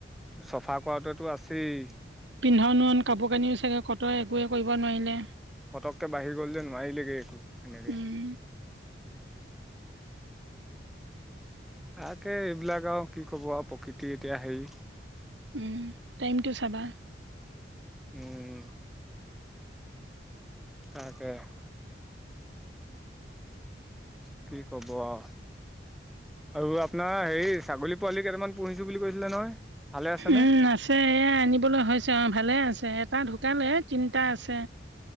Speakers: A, in the centre; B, on the right.
A: চফা কৰাটোতো আছেই।
B: পিন্ধান উৰণ কাপোৰ কানিও চাগে কটৱে একোৱে কৰিব নোৱাৰিলে।
A: পতককে বাঢ়ি গ'ল যে নোৱাৰিলেগৈ একো তেনেকৈ।
B: উম
A: তাকে এইবিলাক আৰু কি ক'ব আৰু প্ৰকৃতি এতিয়া হেৰি।
B: উম, টাইমটো চাবা।
A: উম, তাকে। কি কব আও। আৰু আপোনাৰ হেৰি ছাগলী পোৱালি কেইটামান পুহিছো বুলি কৈছিলে নহয়। ভালে আছেনে
B: উম আছে এই আনিবলৈ হৈছে অঁহ ভালে আছে এটা ঢুকালে তিনিটা আছে।